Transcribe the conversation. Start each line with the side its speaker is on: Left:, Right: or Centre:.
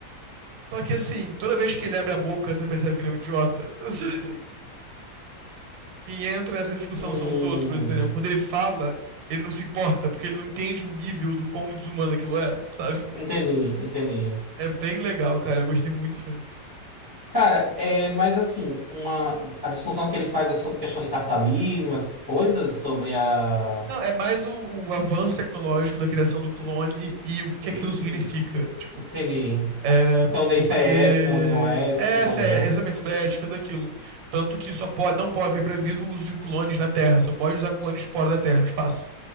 Right: só que, assim, toda vez que ele abre a boca, você percebe que ele é um idiota. <laughs> sabe? Quem entra nessa discussão
Left: Hum,
Right: são os outros, entendeu? Quando ele fala, ele não se importa, porque ele não entende o nível do quão desumano aquilo é, sabe?
Left: entendi, entendi.
Right: É bem legal, cara. Eu gostei muito do filme.
Left: Cara, é, mas assim, uma, a discussão que ele faz é sobre questão de capitalismo, essas coisas, sobre a.
Right: Não, é mais o, o avanço tecnológico da criação do clone e o que aquilo
Left: Hum,
Right: significa. Tipo,
Left: entendi.
Right: é
Left: Então, onde
Right: porque
Left: isso é ético, onde não é, esse
Right: é,
Left: tipo de
Right: essa
Left: coisa.
Right: é exatamente sobre a ética daquilo. Tanto que só pode, não pode, foi proibido o uso de clones na Terra, só pode usar clones fora da Terra, no espaço.